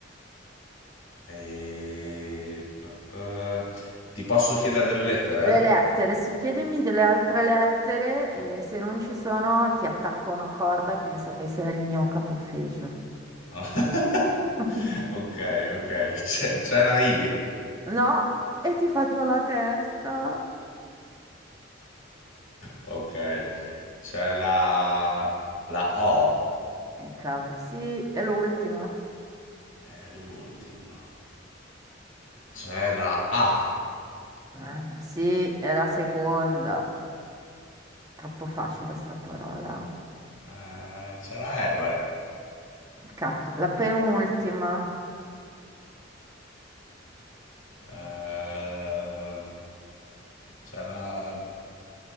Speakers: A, on the left (about 85°); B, on the right (about 20°).
A: E... p- p- Ti posso chiedere delle lettere?
B: Le lettere, sì, chiedimi delle altre lettere e se non ci sono ti attacco una corda e penso che sei il mio capo ufficio.
A: <laughs>
B: <laughs>
A: Ok, ok. C'è c'è la I?
B: No, e ti faccio la testa.
A: Ok. C'è la... la O.
B: E cavolo, sì, è l'ultima.
A: È l'ultima. C'è la A,
B: Ah, Sì, è la seconda. Troppo facile sta parola.
A: eh, c'è la R,
B: Cacchio, la penultima.
A: eh, c'è la,